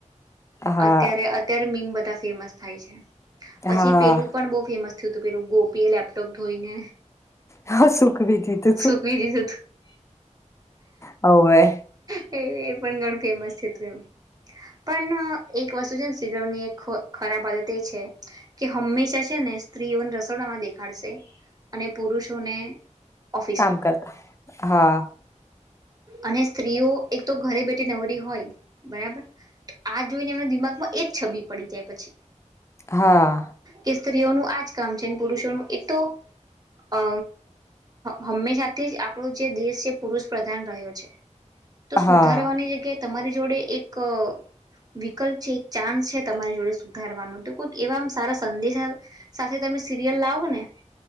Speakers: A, on the left; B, on the right.
A: હા
B: અત્યારે અત્યારે મીમ બધા ફેમસ થાય છે પછી
A: હા
B: પેલું પણ બહુ ફેમસ તો પેું ગોપીએ લેપટોપ ધોઈને
A: હા સુખ બી દીધું તું
B: સુકવી દીધું હતું
A: હવે
B: એ એ ઘણું ફેમસ થયું એમ પણ એક વસ્તુ છે ને શરમની ખરાબ આદત એ છે કે હંમેશા છે ને સ્ત્રીઓને રસોડામાં દેખાડશે અને પુરુષોને ઓફિસમાં
A: કામ કરતા હા
B: અને સ્ત્રીઓ એક તો ઘરે બેઠા નવરી હોય બરાબર તો આ જોઈને એમના દિમાગમાં એ છબી પડી જાય પછી
A: હા
B: કે સ્ત્રીઓનું આ જ કામ છેને પુરુષોનું એક તો અ હંમેશાથી જ આપણો જે દેશ છે પુરુષ પ્રધાન રહ્યો છે તો
A: હા.
B: સુધારવાની તમારી જોડે એક વિકલ્પ છે, એક ચાન્સ છે તમારી જોડે સુધારવાનો તો કોઈક એવામ સારા સંદેશા સાથે તમે સિરિયલ લાવો ને